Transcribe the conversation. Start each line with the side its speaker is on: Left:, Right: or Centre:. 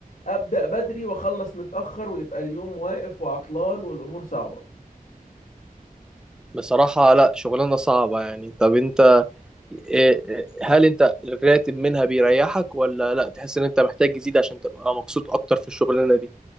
Left: ابدا بدري واخلص متاخر ويبقى اليوم واقف وعطلان والامور صعبه
Centre: بصراحة لا شغلانة صعبة يعني طب انت إيه- إيه- هل انت الراتب منها بيريحك ولا لا تحس ان انت محتاج تزيد عشان تبقى مبسوط اكتر في الشغلانة دي؟